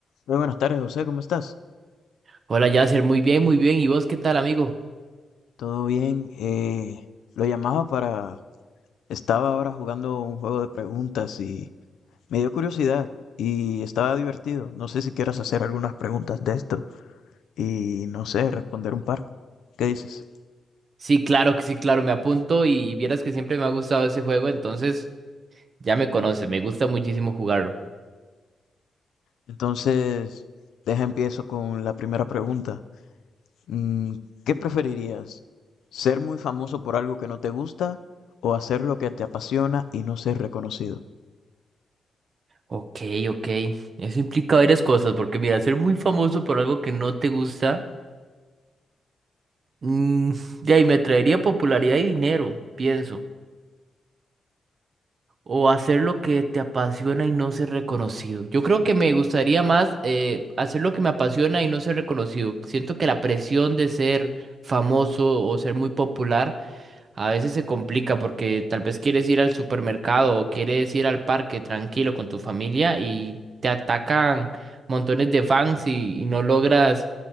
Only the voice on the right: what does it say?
Hola, Yasser, muy bien, muy bien. ¿Y vos qué tal, amigo?
Sí, claro que sí, claro, me apunto y, y vieras que siempre me ha gustado ese juego, entonces ya me conoces, me gusta muchísimo jugarlo.
Ok, ok. Eso implica varias cosas, porque mira, ser muy famoso por algo que no te gusta, mm, de ahí me traería popularidad y dinero, pienso. O hacer lo que te apasiona y no ser reconocido. Yo creo que me gustaría más eh, hacer lo que me apasiona y no ser reconocido. Siento que la presión de ser famoso o ser muy popular A veces se complica porque tal vez quieres ir al supermercado o quieres ir al parque tranquilo con tu familia y te atacan montones de fans y, y no logras